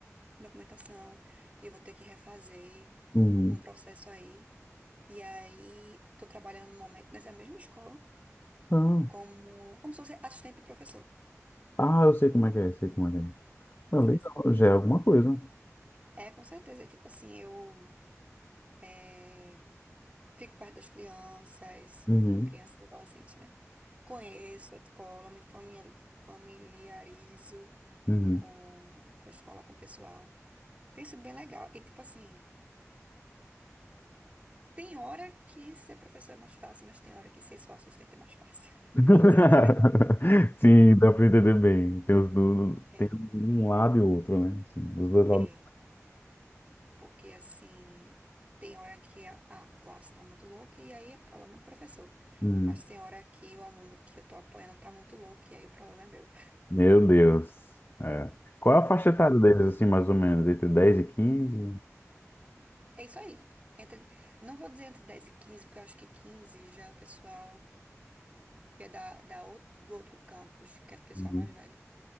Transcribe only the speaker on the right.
documentação e eu vou ter que refazer
um processo aí. E aí tô trabalhando no momento nessa mesma escola
como como se fosse assistente de professor,
entendeu?
É, com certeza. É tipo assim, eu eh, Fico perto das crianças,
crianças e adolescentes, né? Conheço a escola, me famia- familiarizo
com, com a escola, com o pessoal. Tem sido bem legal. E, tipo assim, tem hora que ser professor é mais fácil, mas tem hora que ser só assistente é mais fácil.
<laughs> Não sei se dá pra entender.
É,
é. Porque, assim, tem hora que a, a classe tá muito louca e aí é problema do professor.
Mas tem hora que o aluno que eu tô apoiando tá muito louco e aí o problema é meu.
É isso aí. Entre, não vou dizer entre 10 e 15 porque eu acho que 15 já é o pessoal que é da, da, ou- do outro campus, que é o pessoal
mais velho.